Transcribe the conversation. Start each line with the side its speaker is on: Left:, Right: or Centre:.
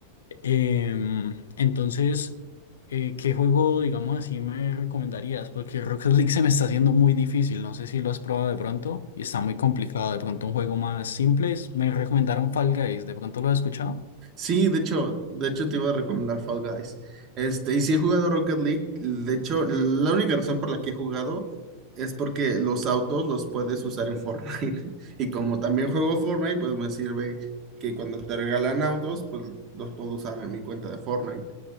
Left: Em, entonces, eh, ¿qué juego, digamos así, me recomendarías? Porque Rocket League se me está haciendo muy difícil. No sé si lo has probado de pronto y está muy complicado. De pronto, un juego más simple. es- Me recomendaron Fall Guys. ¿De pronto lo has escuchado?
Right: Sí, de hecho, de hecho te iba a recomendar Fall Guys. Este, y si he jugado Rocket League, de hecho, la única razón por la que he jugado es porque los autos los puedes usar en Fortnite. <laughs> Y como también juego Fortnite, pues me sirve que cuando te regalan autos, pues los puedo usar en mi cuenta de Fortnite.